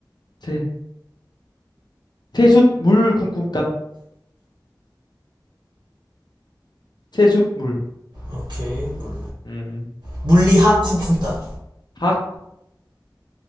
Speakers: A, on the left; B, on the right.
A: 세. 세숫물 쿵쿵따. 세숫물.
B: 오케이 물
A: 음.
B: 물리학 쿵쿵따
A: 학.